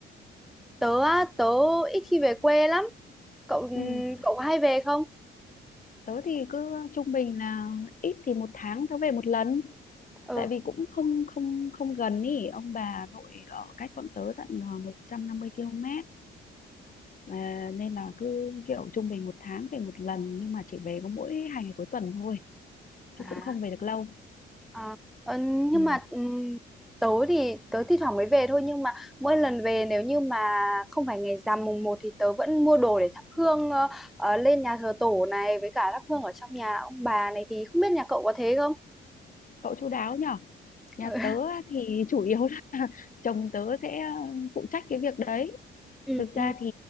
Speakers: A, in the centre; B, on the left.
A: tớ á, tớ ít khi về quê lắm cậu
B: ừ
A: cậu có hay về không
B: tớ thì cứ trung bình là ít thì một tháng tớ về một lần
A: ừ
B: tại vì cũng không không không gần ý ông bà nội ở cách bọn tớ tận ờ, 150 km à, nên là cứ kiểu trung bình một tháng về một lần nhưng mà chỉ về có mỗi hai ngày cuối tuần thôi chứ
A: à
B: cũng không về được lâu
A: À, ờ,
B: ừ.
A: nhưng mà ừm, tớ thì tớ thi thoảng mới về thôi nhưng mà mỗi lần về nếu như mà không phải ngày rằm mùng một thì tớ vẫn mua đồ để thắp hương ờ, ờ, lên nhà thờ tổ này với cả thắp hương ở trong nhà ông bà này thì không biết nhà cậu có thế không?
B: cậu chu đáo nhở nhà
A: Ừ. <laughs>
B: tớ á thì <laughs> chủ yếu là <laughs> chồng tớ sẽ ờ, phụ trách cái việc đấy
A: ừ
B: thực
A: ừ
B: ra thì